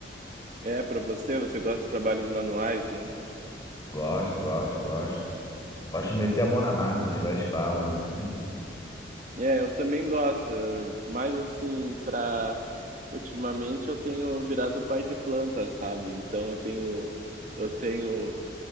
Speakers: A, on the right; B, on the left.
A: É, pra você, você gosta de trabalhos manuais, não?
B: Gosto, gosto, gosto. Gosto de meter a mão na massa, né? Gosto de fala, né?
A: É, eu também gosto, mas assim, pra. Ultimamente eu tenho virado pai de planta, sabe? Então eu tenho. Eu tenho.